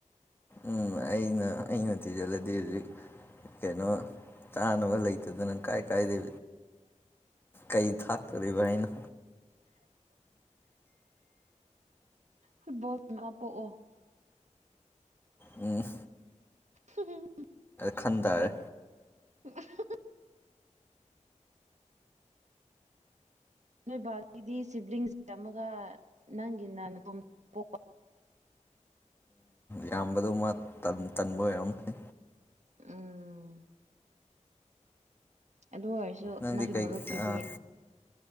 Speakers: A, on the left; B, on the right.
A: ꯎꯝ ꯑꯩꯅ ꯑꯩꯅ ꯊꯤꯖꯜꯂꯤꯗꯤ ꯍꯧꯖꯤꯛ ꯀꯩꯅꯣ ꯆꯥꯅꯕ ꯂꯩꯇꯥꯗꯅ ꯀꯥꯏ ꯀꯥꯏꯗꯩ ꯀꯩ ꯊꯥꯛꯇꯧꯔꯤꯕ ꯑꯩꯅ
B: ꯐꯨꯠꯕꯣꯜ ꯀꯞꯄꯛꯑꯣ꯫
A: ꯎꯝ꯫
B: ꯍꯝ <unintelligible>
A: ꯈꯟ ꯇꯥꯔꯦ
B: <unintelligible> ꯅꯣꯏ ꯕꯥꯒꯤꯗꯤ ꯁꯤꯕ꯭ꯂꯤꯡꯁꯦ ꯑꯃꯒ ꯅꯪꯒꯤꯅ ꯅꯇꯣꯝ ꯄꯣꯛꯄ
A: ꯌꯥꯝꯕꯗꯨ ꯃꯥ ꯇꯟ ꯇꯟꯕ ꯑꯣꯏꯔꯝꯅꯤ
B: ꯎꯝ ꯑꯗꯨ ꯑꯣꯏꯔꯁꯨ
A: ꯅꯪꯗꯤ
B: ꯅꯪꯒꯤ
A: ꯀꯩ
B: ꯃꯔꯨꯞꯀꯤꯗꯤ꯫
A: ꯑꯥ